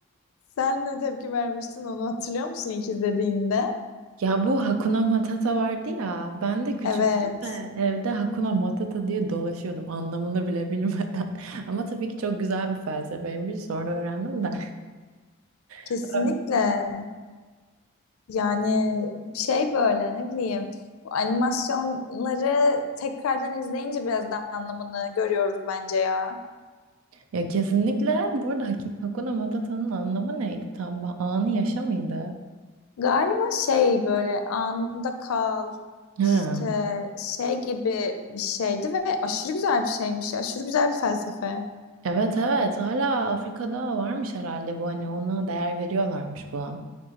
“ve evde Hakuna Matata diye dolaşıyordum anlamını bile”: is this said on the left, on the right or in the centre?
Right